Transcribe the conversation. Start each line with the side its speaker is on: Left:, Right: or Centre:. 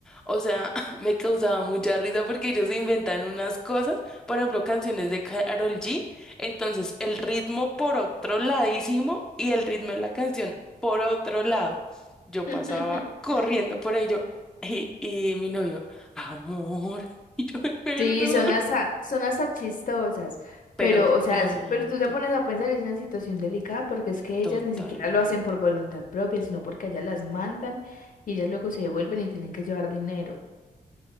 Centre: o sea, <laughs> me causaba mucha risa porque ellos se inventan unas cosas, por ejemplo, canciones de Karol G, entonces el ritmo por otro ladísimo y el ritmo de la canción por otro lado. Yo pasaba
Left: <laughs>
Centre: corriendo por ahí, yo, y, y mi novio, amor, <laughs> y yo, "Ay, perdón.
Left: Sí, son hasta, son hasta chistosas,
Centre: Pero
Left: pero, o sea,
Centre: imagínate,
Left: es- pero tú te pones a pensar, es una situación delicada porque es que ellas
Centre: totalmente.
Left: ni siquiera lo hacen por voluntad propia, sino porque ellas las mandan y ellas luego se devuelven y tienen que llevar dinero.